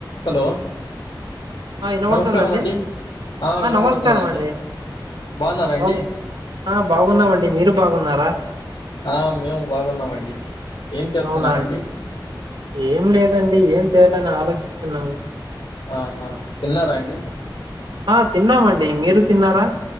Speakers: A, on the left (about 80°); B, on the right (about 80°).
A: Hello
B: ఆ వినబడుతుందండి
A: నమస్కారం అండి ఆ వినవడుతుదండి.
B: నమస్కారం అండి
A: బావున్నారండి.
B: బా ఆ బాగున్నామండి మీరు బాగున్నారా
A: ఆ మీమ్ బాగున్నామండి ఏం చేసున్నారండి.
B: అవునా అండి ఏం లేదండి ఏం చేయాలని ఆలోచిస్తున్నాం
A: ఆహా తిన్నారా అండి.
B: ఆ తిన్నామండి, మీరు తిన్నారా.